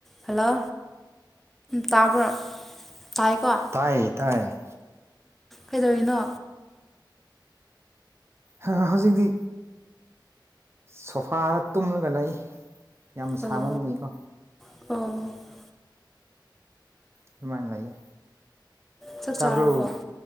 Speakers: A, in the centre; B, on the right (about 30°).
A: Hello ꯇꯥꯕ꯭ꯔꯣ? ꯇꯥꯏꯀꯣ?
B: ꯇꯥꯏꯌꯦ ꯇꯥꯏꯌꯦ꯫
A: ꯀꯩꯗꯧꯔꯤꯅꯣ?
B: ꯍꯥ ꯍꯧꯖꯤꯛꯇꯤ ꯁꯣꯐꯥꯗ ꯇꯨꯝꯂꯒ ꯂꯩ꯫ ꯌꯥꯝ
A: ꯑꯣ
B: ꯁꯥꯃꯟꯕꯒꯤꯀꯣ꯫
A: ꯑꯣ
B: ꯑꯗꯨꯃꯥꯏꯅ ꯂꯩꯌꯦ꯫
A: ꯆꯥꯛ
B: ꯇꯥꯕ꯭ꯔꯣ
A: ꯆꯥꯔꯕꯣ?